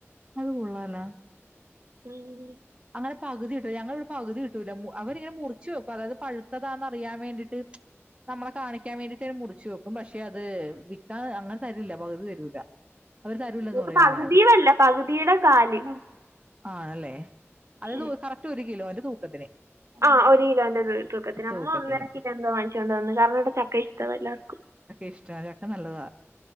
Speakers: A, on the right (about 20°); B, on the right (about 75°).
A: അത് കൊള്ളാലോ
B: ഉം
A: അങ്ങനെ പകുതിട്ട ഞങ്ങളവി പകുതി കിട്ടില്ല അവരിങ്ങനെ മുറിച്ച് വെക്കും അതായത് പഴുത്തതാന്ന് അറിയാൻ വേണ്ടിട്ട്. നമ്മളെ കാണിക്കാൻ വേണ്ടീട്ടെര് മുറിച്ചു വെക്കും ക്കും പക്ഷെ അത് വിൽക്കാ അങ്ങനെ തരില്ല പകുതി തരൂല. അവർ തരൂലെന്ന്
B: ഇത്
A: പറയും
B: പകുതിയുമല്ല
A: അങ്ങനെ
B: പകുതിയുടെ കാല്.
A: ആണല്ലേ അത്
B: ഉം.
A: തൂ കറക്റ്റ് ഒരു കിലോന്റെ തൂക്കത്തിന്.
B: ആ ഒരുകിലോന്റെതൂക്കത്തിന് അമ്മ
A: തൂക്കത്തിന്
B: ഒന്നര കിലോ എന്തോ വാങ്ങിച്ചോണ്ട് വന്ന് കാരണം ഇവടെ ചക്ക ഇഷ്ടവാ എല്ലാർക്കും.
A: ഇഷ്ടാ ചക്ക നല്ലതാ